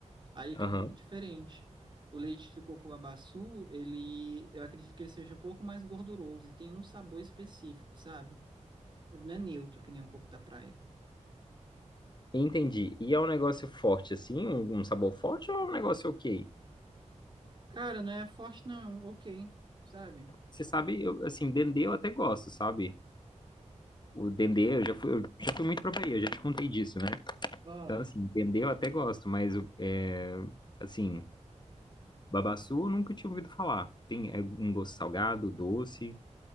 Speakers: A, on the right; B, on the left.
A: Aí fica
B: Aham.
A: um pouco diferente. O leite de coco-babassu, ele, eu acredito que ele seja um pouco mais gorduroso e tem um sabor específico, sabe? Ele não é neutro, que nem o coco da praia.
B: Entendi. E é um negócio forte assim, um, um sabor forte ou é um negócio ok?
A: Cara, não é forte, não. Ok, sabe?
B: Você sabe, eu, assim, dendê eu até gosto, sabe? O dendê, eu já fui, eu já fui muito pra Bahia, eu já te contei disso, né?
A: Ó.
B: Então, assim, dendê eu até gosto, mas, é, assim, babaçu eu nunca tinha ouvido falar. Tem é, um gosto salgado, doce.